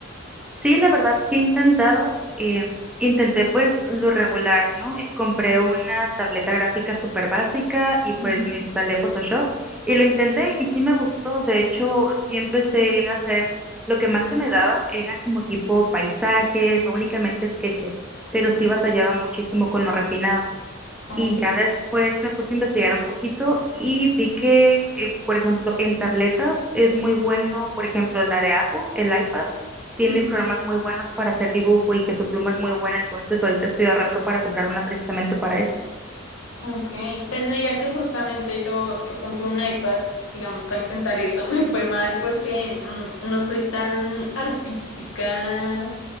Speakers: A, in the centre; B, on the left.
A: Sí, la verdad, sí he intentado. eh, intenté pues lo regular, ¿no? Eh, compré una tableta gráfica súper básica y pues
B: Ujú.
A: me instalé Photoshop y lo intenté y sí me gustó. De hecho, sí empecé a hacer lo que más se me daba era como tipo paisajes o únicamente sketches, pero sí batallaba muchísimo con lo refinado.
B: Ok.
A: Y ya después me puse a investigar un poquito y vi que, eh, por ejemplo, en tabletas es muy bueno, por ejemplo, la de Apple, el iPad, tiene
B: Mm.
A: programas muy buenos para hacer dibujo y que su pluma es muy buena, entonces ahorita estoy ahorrando para comprar una precisamente para eso.
B: Ok, pues mira que justamente yo, yo compré un iPad, digamos, para intentar eso, <laughs> me fue mal porque mm, no soy tan artística,